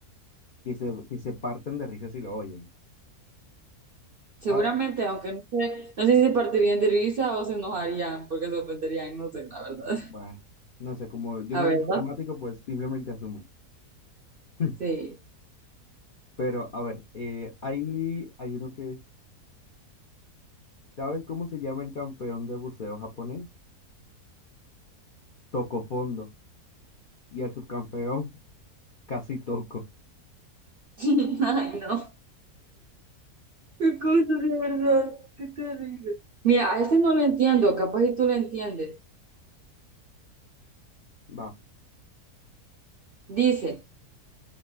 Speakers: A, on the left (about 55°); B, on the right (about 65°).
A: que se, que se parten de risa si lo oyen.
B: Seguramente,
A: Ahora,
B: aunque no sé, no sé si se partirían de risa o se enojarían porque se ofenderían, no sé, la verdad.
A: ah,
B: <laughs>
A: bueno, no sé, como yo
B: ¿A
A: no
B: verdad?
A: soy matemático, pues simplemente asumo. <laughs>
B: Sí.
A: Pero, a ver, eh, hay, hay uno que es, ¿sabes cómo se llama el campeón de buceo japonés? Toco fondo. Y el subcampeón, <laughs> casi toco.
B: <laughs> Ay, no. Qué cosa de verdad. Qué terrible. Mira, a este no lo entiendo, capaz y tú lo entiendes.
A: Va,
B: Dice,